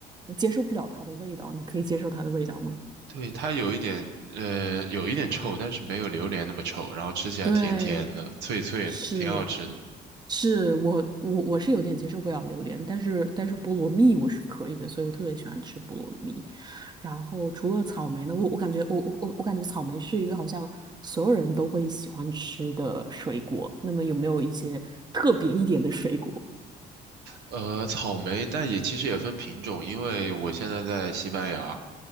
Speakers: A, on the right; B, on the right.
A: 你接受不了它的味道，你可以接受它的味道吗？
B: 对，它有一点，呃，有一点臭，但是没有榴莲那么臭，然后吃起来甜甜的、
A: 对，
B: 脆脆的，
A: 是。
B: 挺好吃的。
A: 是我我我是有点接受不了榴莲，但是但是菠萝蜜我是可以的，所以我特别喜欢吃菠萝蜜。然后除了草莓呢，我我感觉我我我我感觉草莓是一个好像所有人都会喜欢吃的水果。那么有没有一些特别一点的水果？
B: 呃，草莓，但也其实也分品种，因为我现在在西班牙，